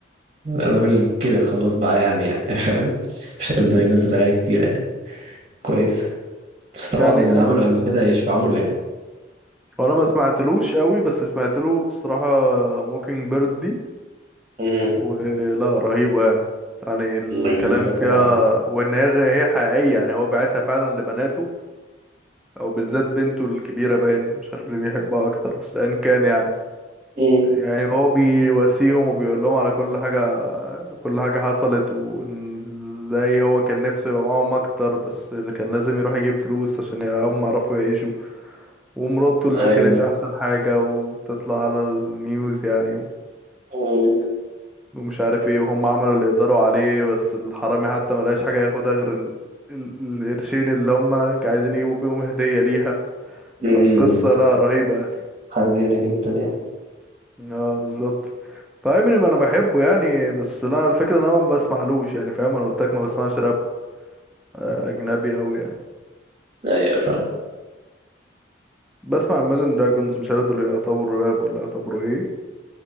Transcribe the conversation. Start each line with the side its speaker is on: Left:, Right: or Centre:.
Right: الراجل كبر خلاص بقى يعني يعني <laughs> فاهم مش هيفضل ينزل أغاني كتير يعني كويس بس طبعا
Centre: يعني
Right: اللي
Centre: انا
Right: عمله قبل كده يشفعوا له يعني
Centre: وانا ما سمعتلوش قوي بس سمعت له الصراحه موكينج بيرد دي
Right: مم.
Centre: ولا رهيبه يعني يعني الكلام
Right: جميلة
Centre: فيها
Right: طبعا
Centre: وان هي هي حقيقيه يعني هو بعتها فعلا لبناته او بالذات بنته الكبيره باين مش عارف اللي بيحبها اكتر بس ان كان يعني
Right: مم.
Centre: يعني هو بيواسيهم وبيقول لهم على كل حاجه كل حاجه حصلت وازاي هو كان نفسه يبقى معاهم اكتر بس اللي كان لازم يروح يجيب فلوس عشان هم يعرفوا يعيشوا ومراته اللي
Right: أيوه
Centre: ما كانتش احسن حاجه وبتطلع على النيوز يعني و-
Right: مم.
Centre: ومش عارف ايه وهم عملوا اللي يقدروا عليه بس الحرامي حتى ملقاش حاجه ياخدها غير ال... ال- القرشين اللي هم عايزين يجيبوا بيهم هديه ليها
Right: امم
Centre: فالقصه لا رهيبه
Right: حزينة جدا يعني
Centre: اه بالظبط فامينيم انا بحبه يعني بس لا الفكره ان انا ما بسمعلوش يعني فاهم انا قلت لك ما بسمعش راب آه، اجنبي قوي يعني
Right: ايوه فاهم
Centre: بسمع Imagine Dragons مش عارف دول يعتبروا راب ولا يعتبروا ايه